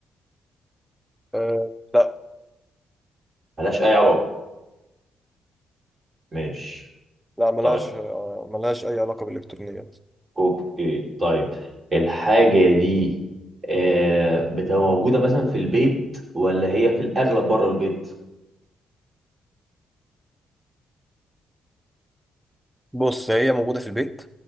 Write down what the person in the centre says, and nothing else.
أه لا
لا ملهاش
آه، ملهاش أي علاقة بالإلكترونيات
بص هي موجودة في البيت